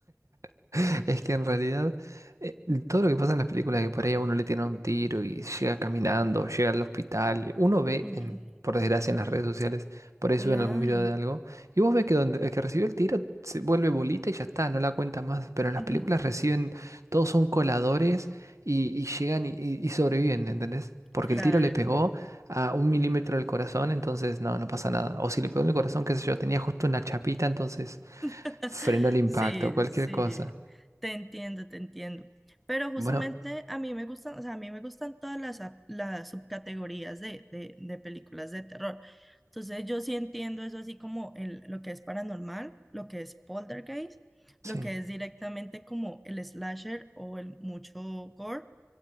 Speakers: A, on the right; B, in the centre.
A: <laughs> Es que en realidad eh, todo lo que pasa en las películas que por ahí a uno le tiene un tiro y llega caminando, llega al hospital, uno ve
B: Ujú,
A: en, por desgracia en las redes sociales, por ahí
B: Claro,
A: suben algún video de algo, y vos ves que donde el que recibió el tiro se vuelve bolita y ya está, no la cuenta más, pero
B: <laughs>
A: en las
B: ujú,
A: películas reciben, todos son coladores y, y llegan y, y- y sobreviven, ¿entendés? Porque
B: claro,
A: el tiro le pegó
B: claro.
A: a un milímetro del corazón, entonces no, no pasa nada. O si le pegó en el corazón, qué sé yo, tenía justo una chapita, entonces
B: <laughs>
A: frenó el impacto,
B: Sí,
A: cualquier
B: sí,
A: cosa.
B: te entiendo, te entiendo. Pero justamente
A: Bueno,
B: a mí me gustan, o sea, a mí me gustan todas las, a- las subcategorías de, de, de películas de terror. Entonces yo sí entiendo eso así como el, lo que es paranormal, lo que es poltergeist,
A: sí,
B: lo que es directamente como el slasher o el mucho gore